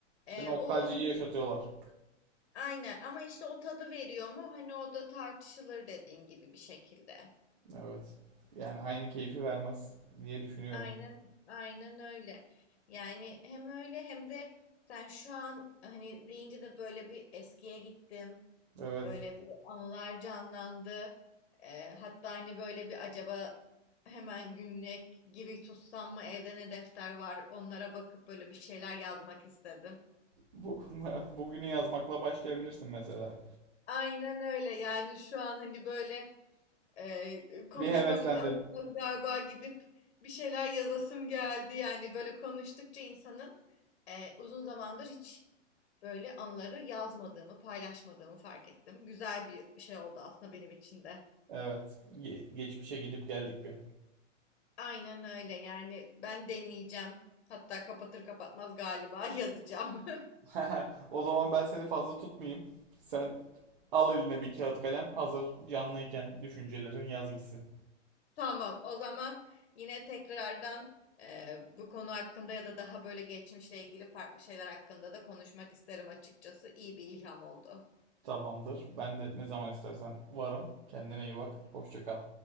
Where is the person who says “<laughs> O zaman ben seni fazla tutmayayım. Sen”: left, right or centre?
Right